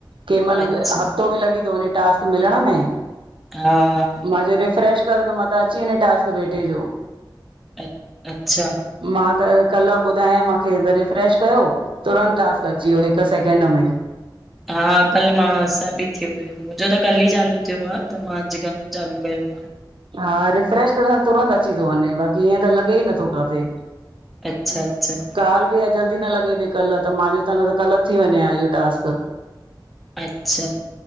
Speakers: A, on the right; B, in the centre.
A: कह मल
B: अच्छा
A: हफ़्तो बि लॻी तो वञे टास्क मिलण में
B: हा।
A: मां चह रिफ्रेश कर त मां अची वञे टास्क बेटे जो।
B: अ अच्छा।
A: मां त कल्ह ॿुधायां माखे त रिफ्रेश कयो। तुरंत टास्क अची वियो हिक सेकेंड में।
B: हा कल्ह मांसां बि थियो हुयो। मुंजो त कल्ह ई चालू थियो आ त मां अॼका चालू कयो आ।
A: हा रिफ्रेश करण सां तुरंत अची ती वञे बाक़ी ईअं त लॻे ई नथो काथे।
B: अच्छा अच्छा।
A: काल बि आ जल्दी न लॻे पई कल्ह त मांजो न त कल्ह थी वञे आ इहो टास्क।
B: अच्छा।